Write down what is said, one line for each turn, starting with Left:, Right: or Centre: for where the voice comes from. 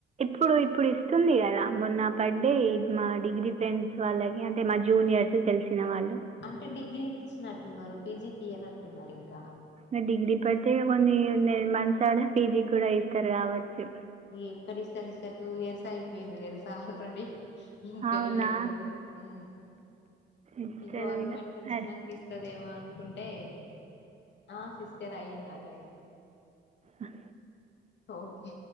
Right: ఇప్పుడు ఇప్పుడు ఇస్తుంది కదా మొన్న పడ్డాయి మా డిగ్రీ ఫ్రెండ్స్ వాళ్ళకి అంటే మా జూనియర్స్ తెలిసి తిన వాళ్ళు
Left: అంటే డిగ్రీకి ఇచ్చినట్టున్నారు పీజీకి ఇయనట్టున్నారు ఇంకా
Right: ఇంకా డిగ్రీ పడితే కొన్ని మంత్స్ద పీజీ కూడా ఇస్తారు కావచ్చు
Left: ఎక్కడి ఇస్తారు ఇస్తారు టూ ఇయర్స్ అయిపోయింది తెలుసా ఆల్రెడీ ఇంకా
Right: అవునా
Left: ఇయ్యలేడు ఉ
Right: ఇస్తారు
Left: ఈ గవర్నమెంట్
Right: ఇక
Left: వచ్చినానికి
Right: అరే,
Left: ఇస్తదేమో అనుకుంటే ఆ సిస్టర్ అయిందా టైం
Right: అ
Left: ఓకే